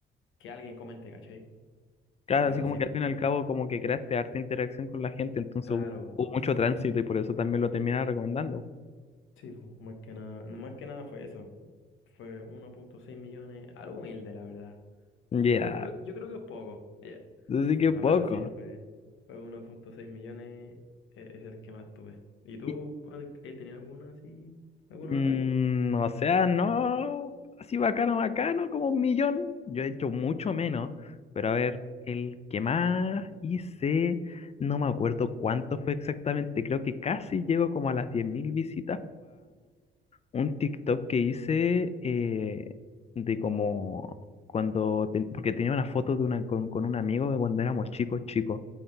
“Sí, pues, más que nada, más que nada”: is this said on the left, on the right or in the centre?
Left